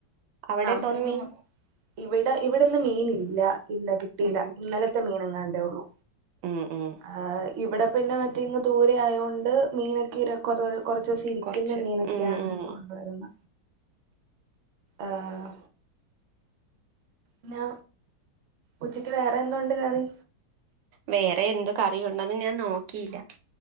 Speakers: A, on the right; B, on the right.
A: അവിടെന്തോന്ന്
B: നമ്മുടെ മീനാ
A: മീൻ
B: ഇവിടെ ഇവിടിന്ന് മീൻ ഇല്ല ഇല്ല കിട്ടിയില്ല
A: ഉം
B: ഇന്നലെ മീനങ്ങാണ്ടേ ഉള്ളൂ
A: ഉം ഉം
B: ആ ഇവിടെ പിന്നെ മറ്റേ ഇങ്ങ് ദൂരെ ആയോണ്ട് മീനൊക്കെ ഇര കൊറ കുറച്ച് ദിവസ് ഇരിക്കുന്ന
A: കൊറച്ച്
B: മീനൊക്കെയാണ്
A: ഉം ഉം
B: കൊണ്ടുവരുന്ന ആഹ് ന്നാ ഉച്ചക്ക് വേറെ എന്തോണ്ട് കറി
A: വേറെ എന്ത് കറിയുണ്ടെന്ന് ഞാൻ നോക്കിയില്ല